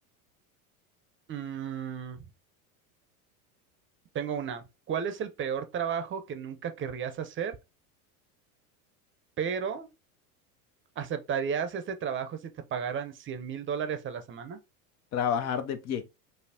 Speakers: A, on the right; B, on the left.
A: Mm, tengo una. ¿Cuál es el peor trabajo que nunca querrías hacer, pero aceptarías este trabajo si te pagaran cien mil dólares a la semana?
B: Trabajar de pie.